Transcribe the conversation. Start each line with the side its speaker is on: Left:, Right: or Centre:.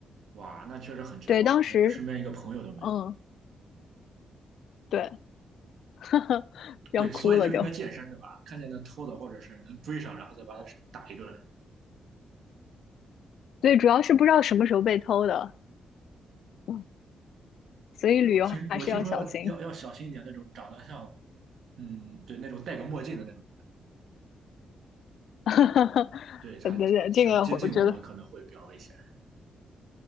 Right: 哇，那确实很绝望，
Left: 对，当时
Right: 那身边一个朋友都没有。
Left: 嗯对，<laughs> 要哭了就，
Right: 对，所以就应该健身对吧？看见那偷的或者是能追上，然后再把他打一顿。
Left: 对，主要是不知道什么时候被偷的，嗯，所以旅游还是要小心，
Right: 对，我听我听说要要要小心一点那种长得像，嗯，对，那种戴个墨镜的那种，
Left: <laughs>
Right: 对，他想接近我们可能会比较危险。
Left: 对对，这个我觉得，